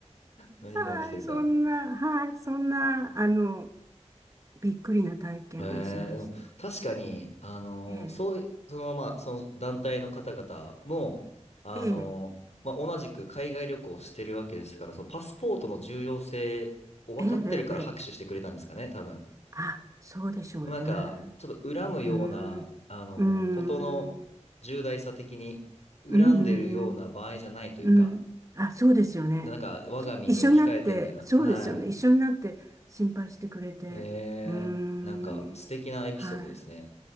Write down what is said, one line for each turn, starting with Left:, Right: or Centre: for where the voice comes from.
Left: 何が起きてるか。
Right: はい、そんな、はい、そんな、あの、びっくりな体験をしました。
Left: えー、でも確かに、あのーそうい、
Right: ええ、
Left: その、まあ、その団体の方々も、あのーまあ、
Right: ええ、
Left: 同じく海外旅行をしてるわけですから、そのパスポートの重要性を分かってるから拍手してくれたんですかね、
Right: ええ、ええ。
Left: 多分。
Right: あ、そうでしょうね。
Left: もうなんか、ちょっと恨むような、
Right: うーん、
Left: あのーことの重大さ的に、
Right: うーん、
Left: 恨んでるような場合じゃないというか、
Right: うん、うん、うん。うんあ、そうですよね。
Left: なんか、我が身に置き換えてみたいな。
Right: き一緒になって、そうですよね。
Left: はい。
Right: 一緒になって心配してくれて。
Left: えー、
Right: うーん、
Left: なんか、素敵なエピソードですね。
Right: は